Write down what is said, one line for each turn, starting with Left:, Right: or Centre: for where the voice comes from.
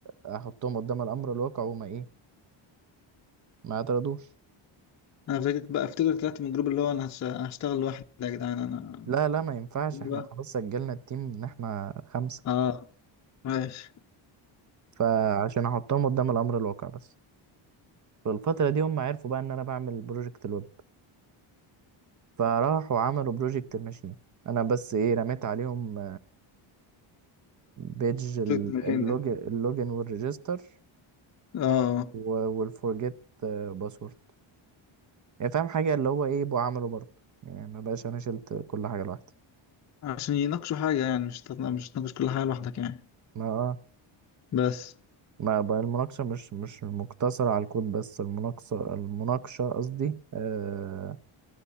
Right: آه، احطهم قدام الامر الواقع وما ايه ما اعترضوش
Left: أنا فاكرك بقى أفتكرك طلعت من الجروب اللي هو أنا هش- هشتغل لوحدي يا جدعان أنا
Right: لا لا ما ينفعش
Left: بقى
Right: احنا خلاص سجلنا التيم ان احنا خمسة
Left: آه ماشي
Right: فعشان احطهم قدام الامر الواقع بس في الفترة دي هم عرفوا بقى ان انا بعمل بروجكت الويب فراحوا عملوا بروجكت الماشين انا بس ايه رميت عليهم بيج اللوج
Left: شفت المكان ده
Right: اللوجن والريجستر
Left: آه
Right: و- والفورجيت باسورد يعني فاهم حاجة اللي هو ايه بقى عمله برضه يعني ما بقاش انا شلت كل حاجة لوحدي
Left: عشان يناقشوا حاجة يعني مش تط- مش تناقش كل حاجة لوحدك يعني
Right: ما اه
Left: بس
Right: ما بقى المناقشة مش مش مقتصرة على الكود بس المناقشة المناقشة قصدي آه،